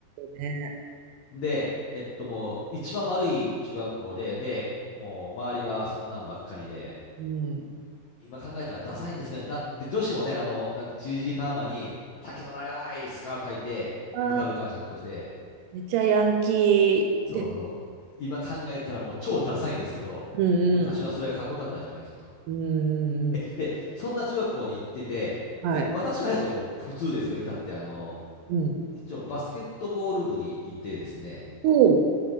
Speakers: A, on the right (about 80°); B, on the left (about 75°).
A: ね。
B: <laughs> で、えっともう一番悪い中学校で、で、もう周りはそんなんばっかりで、
A: うん。
B: 今考えたらダサいんですけど、だ、で、女子もね、あの、なんて、チリチリパーマに、丈の長いスカート履いて、
A: あー、
B: ブカブカな格好して、
A: めっちゃヤンキーで、
B: そうそう。今考えたらもう超ダサいんですけど、
A: うんうん。
B: 昔はそれがかっこよかったんでしょうね、きっと。
A: うんうんうん。
B: で、そんな中学校に行ってて、
A: はい。
B: で、私はあれですよ、もうふ普通ですよ、いたって、あの、
A: うん。
B: 一応バスケットボール部に行ってですね、
A: おう、